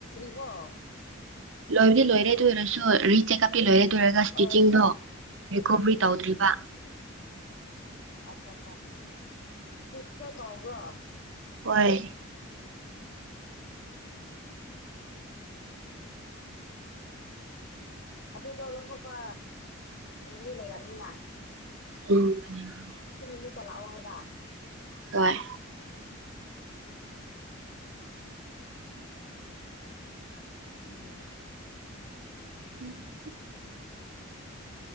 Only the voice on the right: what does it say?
ꯂꯣꯏꯗꯤ ꯂꯣꯏꯔꯦ ꯑꯗꯨ ꯑꯣꯏꯔꯁꯨ ꯔꯤꯆꯦꯛꯀꯞ ꯀꯤ ꯂꯣꯏꯔꯦꯗꯣꯏꯔꯒ ꯁ꯭ꯇꯤꯀꯤꯡꯗꯣ
ꯔꯤꯀꯣꯕ꯭ꯔꯤ ꯇꯧꯗ꯭ꯔꯤꯕ
ꯍꯣꯏ
ꯎꯝ ꯃꯅꯤ ꯃꯅꯦ
ꯍꯣꯏ
ꯎꯝ